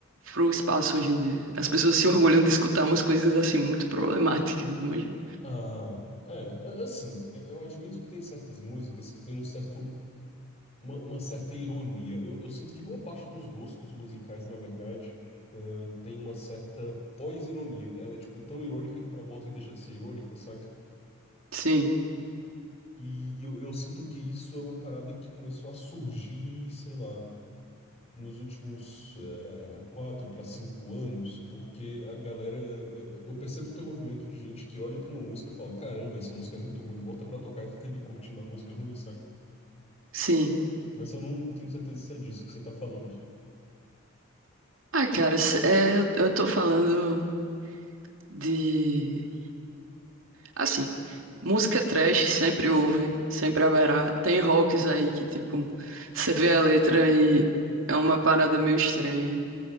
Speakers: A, on the right; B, on the left.
A: pro espaço hoje em dia. As pessoas se orgulham de escutar umas coisas, assim, muito problemáticas, manja.
B: Ah, é, a- assim, eu eu admito que tem certas músicas que tem um certo, uma, uma certa ironia. Eu, eu sinto que boa parte dos gostos musicais, na verdade, ah, tem uma certa pós-ironia. Ela é, tipo, tão irônica que dá a volta e deixa de ser irônica, saca?
A: Sim,
B: E eu, eu sinto que isso é uma parada que começou a surgir, sei lá. nos últimos eh, quatro para cinco anos, porque a galera. eh, eh, Eu percebo que tem um movimento de gente que olha para uma música e fala: caramba, essa música é muito ruim, bota pra tocar e fica ali curtindo a música ruim, saca?
A: sim.
B: Mas eu não tenho certeza se é disso que você tá falando,
A: Ah, cara, cê- é, eu eu tô falando... De. Assim, música trash sempre houve, sempre haverá. Tem rocks aí que, tipo, você vê a letra e é uma parada meio estranha.